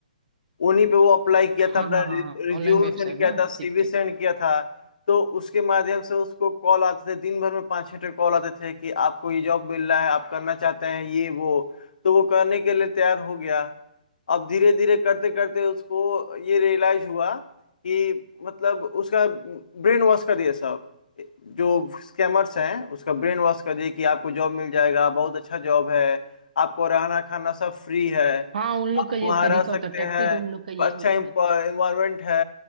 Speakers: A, on the left; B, on the right.
A: उन्हीं पे वो अप्लाई किया
B: हाँ
A: था अपना
B: हाँ हाँ
A: रिज्यूम
B: ऑनलाइन वेबसाइट
A: सेंड किया
B: ना
A: था सीवी
B: ठीक ठीक
A: सेंड किया था तो उसके माध्यम से उसको कॉल आते थे दिन भर में पाँच छः कॉल आते थे कि आपको ये जॉब मिल रहा है आप करना चाहते हैं ये वो तो वो करने के लिए तैयार हो गया अब धीरे धीरे करते करते उसको ये रियलाइज हुआ कि मतलब उसका ब्रेन वॉश कर दिया सब जो स्कैमर्स हैं उसका ब्रेन वॉश कर दिया कि आपको जॉब मिल जाएगा बहुत अच्छा जॉब है आपको रहना खाना सब फ्री है
B: हाँ उन लोग
A: आप
B: का ये
A: वहाँ
B: तरीका
A: रह सकते
B: होता है टैक्टिक
A: हैं
B: उन लोग का ये
A: अच्छा
B: होता
A: इन्वायरमेंट
B: है
A: है